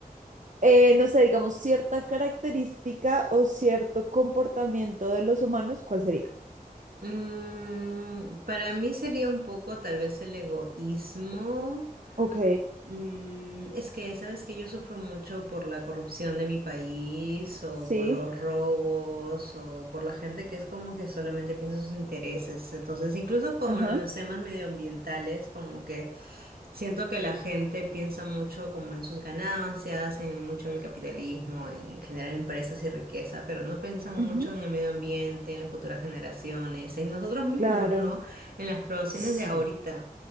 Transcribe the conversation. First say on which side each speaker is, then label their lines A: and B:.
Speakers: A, on the right (about 55°); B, on the right (about 85°).
A: eh, no sé, digamos, cierta característica o cierto comportamiento de los humanos, ¿cuál sería?
B: mm, para mí sería un poco tal vez el egoísmo.
A: Ok,
B: Mm, es que, sabes que yo sufro mucho por la corrupción de mi país o
A: sí,
B: por los robos o por la gente que es como que solamente piensa en sus intereses. Entonces, incluso con
A: ajá,
B: los temas medioambientales, como que Siento que la gente piensa mucho como en sus ganancias, en mucho en el capitalismo, en generar empresas y riqueza, pero no piensan
A: ujú,
B: mucho en el medio ambiente, en las futuras generaciones, en nosotros mismos,
A: claro,
B: ¿no? En las poblaciones
A: sí.
B: de ahorita.